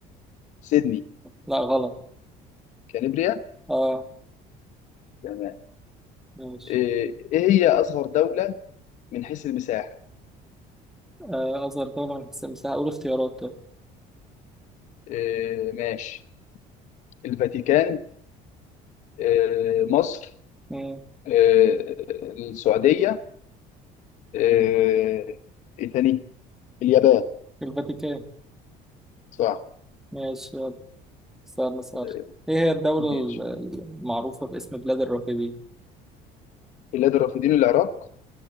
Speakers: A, on the left; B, in the centre.
A: سيدني
B: لا غلط
A: كانبريا
B: اه
A: تمام
B: ماشي
A: إيه إيه هي أصغر دولة من حيث المساحة؟
B: آه اصغر دوله من حيث المساحه اقول اختيارات طيب
A: إيه ماشي الفاتيكان إيه مصر
B: مم.
A: آه، السعودية آه، ايه تاني اليابان
B: الفاتيكان
A: صح
B: ماشي يلا، سؤال مسألة
A: آه،
B: ايه هي الدوله
A: ماشي
B: ال- المعروفه باسم بلاد الرافدين؟
A: بلاد الرافدين العراق